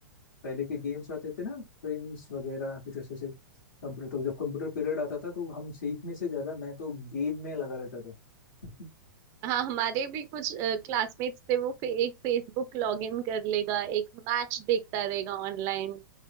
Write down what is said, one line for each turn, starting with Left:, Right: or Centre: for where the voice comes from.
Left: पहले के गेम्स आते थे ना प्रिंस वगैरह कुछ ऐसे ऐसे कंप्यूटर तो जब कंप्यूटर पीरियड आता था तो हम सीखने से ज्यादा मैं तो गेम में लगा रहता था <laughs>
Right: हाँ हमारे भी कुछ क्लासमेट्स थे वो फे, एक फेसबुक लॉग इन कर लेगा एक मैच देखता रहेगा ऑनलाइन